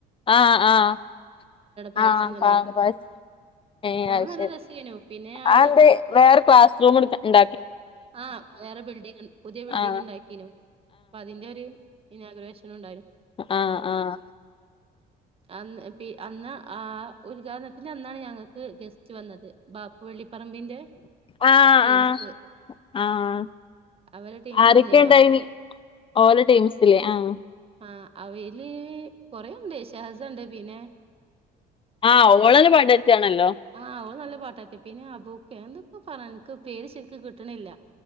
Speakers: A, on the left; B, on the right.
A: ആഹ് ആഹ്
B: പായസം
A: ആഹ്
B: തന്നീനു
A: ആഹ് ഏഹ്
B: സംഭവം
A: അത്
B: നല്ല
A: ശെരി
B: രസേനു പിന്നെ അവിടെ
A: ആയെന്തെ
B: ഇപ്പ
A: വേറെ ക്ലാസ് റൂം എടു ക്കണ്ട
B: ആഹ് വേറെ ബിൽഡിങ് പുതിയ ബിൽഡിങ്
A: ആഹ്
B: ഉണ്ടാക്കീനു അപ്പോ അതിന്റെ ഒരു ഇനാ ഗുരേഷൻ ഉണ്ടായിന്നു
A: അ ആഹ് ആഹ്
B: അന്ന് പി അന്ന് ആ ഉദ്ഘാടനതിന്റെ അന്നാണ് ഞങ്ങൾക്ക് ഗസ്റ്റ് വന്നത്. വാ വെള്ളിപ്പറമ്പിന്റെ
A: ആഹ്
B: ടീംസ്.
A: ആഹ് ആഹ്
B: അവരെ ടീംസ്
A: ആരൊക്കെ
B: വന്നിരുന്നു
A: ഇണ്ടായിനി
B: അവ
A: ഓല ടീംസിലെ ആഹ്
B: ആ അവയില് കൊറേണ്ട് സെഹസ ഉണ്ട് പിന്നെ
A: ആഹ് ഓളന്ന് പാടുവത്തിയാണല്ലോ
B: ആഹ് ഓൾ നല്ല പാട്ടാര്ത്തിയ പിന്നെ അബുക്കെ എന്തൊക്കെ പറ എനിക്ക് പേര് ശരിക്കും കിട്ട്ണില്ല.